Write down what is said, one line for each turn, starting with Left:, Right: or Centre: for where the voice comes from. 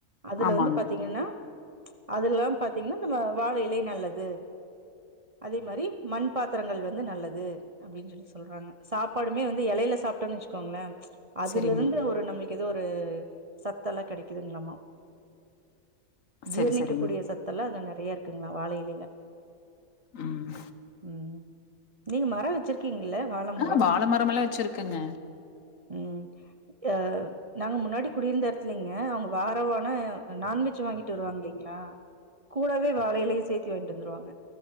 Right: அதுல
Left: ஆமாங்க
Right: வந்து பாத்தீங்கன்னா ச் அதுல்லா பாத்தீங்கன்னா நம்ம வாழ இலை நல்லது அதே மாரி பாத்துரங்கள் வந்து நல்லது அப்டின்னு சொல்லி சொல்றாங்க சாப்பாடுமே வந்து எலைய சாப்டோனு வெச் சுகோங்களே ச் அதுல
Left: செரிங்க
Right: இருந்து ஒரு நம்மளுக்கு ஏதோ ஒரு சத்தல்லா கிடைக்குதுங்களாமா
Left: செரி
Right: ஜீர்ணிக்க
Left: செரிங்க
Right: கூடிய சத்தல்லா அதுல நெறைய இருக்குங்களா வாழ இலைல
Left: ம்
Right: உம் நீங்க மரோ வெச்சிருக்கீங்கல்ல வாழ
Left: ஆ
Right: மரோ
Left: வாழ மரமெல்லா வச்சிருக்கங்க
Right: உம் அஹ் நாங்க முன்னாடி குடியிருந்த எடத்துலைங்க அவுங்க வாரவான நான்வெஜ் வாங்கிட்டு வருவாங்க இல்லைங்களா கூடவே வாழயிலையு சேத்தி வாங்கிட்டு வந்துருவாங்க